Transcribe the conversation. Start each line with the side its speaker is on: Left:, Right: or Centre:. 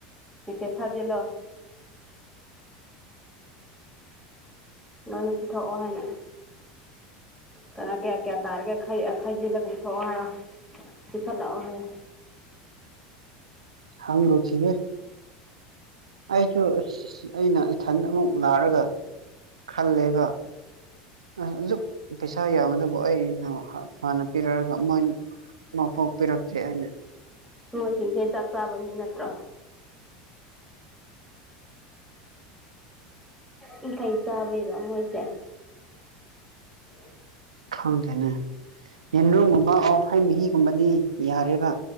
Centre: ꯃꯦꯁꯦꯖ ꯊꯥꯖꯤꯜꯂꯣ ꯅꯣꯏꯅ ꯄꯤꯊꯣꯛꯑꯣ ꯍꯥꯏꯅ ꯀꯅꯥ ꯀꯌꯥ ꯀꯌꯥ ꯇꯥꯔꯤꯒꯦ ꯈꯩꯖꯤꯜꯂꯒ ꯄꯨꯊꯑꯣ ꯍꯥꯏꯔꯣ ꯄ ꯈꯜꯂꯥꯛꯑꯣ ꯍꯥꯏ
Right: ꯍꯪꯔꯨꯈꯤꯒꯦ ꯑꯩꯁꯨ ꯑꯁ ꯑꯩꯅ ꯏꯊꯟ ꯑꯃꯨꯛ ꯂꯥꯛꯔꯒ ꯈꯜꯂꯦꯕ ꯑꯁ ꯑꯗꯨꯁꯨꯛ ꯄꯩꯁꯥ ꯌꯥꯝꯕ ꯑꯗꯨꯕꯨ ꯑꯩꯅ ꯍꯥꯟꯅ ꯄꯤꯔꯛꯑꯒ ꯃꯣꯏ ꯃꯐꯣꯛ ꯄꯤꯔꯛꯇ꯭ꯔꯦ ꯑꯩꯅ
Centre: ꯃ ꯃꯣꯏꯁꯤꯡꯁꯦ ꯆꯥꯛ ꯆꯥꯕ ꯃꯤ ꯅꯠꯇ꯭ꯔꯣ ꯌꯥꯡꯈꯩ ꯆꯥꯕꯩꯔꯣ ꯃꯣꯏꯁꯦ ꯎꯝ
Right: ꯈꯪꯗꯦꯅꯦ ꯌꯦꯟꯅꯨꯡꯒꯨꯝꯕ ꯑꯣ ꯍꯣꯏ ꯃꯍꯤꯒꯨꯝꯕꯗꯤ ꯌꯥꯔꯦꯔꯤꯕ